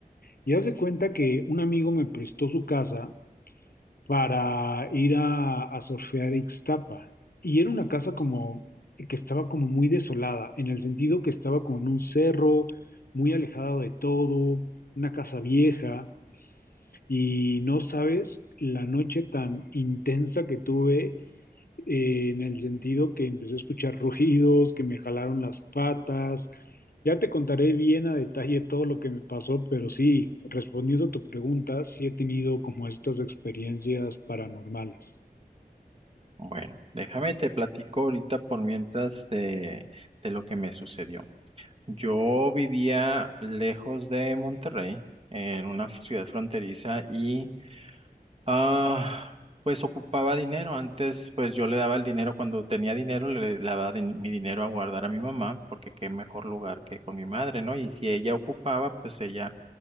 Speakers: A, on the left; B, on the right.
A: Y haz de cuenta que un amigo me prestó su casa para ir a, a surfear a Ixtapa. Y era una casa como que estaba como muy desolada, en el sentido que estaba como en un cerro, muy alejada de todo, una casa vieja, y no sabes la noche tan intensa que tuve eh, en el sentido que empecé a escuchar rugidos, que me jalaron las patas. Ya te contaré bien a detalle todo lo que me pasó, pero sí, respondiendo a tu pregunta, sí he tenido como estas experiencias paranormales.
B: Bueno, déjame te platico ahorita por mientras de, de lo que me sucedió. Yo vivía lejos de Monterrey, en una f- ciudad fronteriza y ah, pues ocupaba dinero. Antes pues yo le daba el dinero cuando tenía dinero, le daba din- mi dinero a guardar a mi mamá, porque qué mejor lugar que con mi madre, ¿no? Y si ella ocupaba, pues ella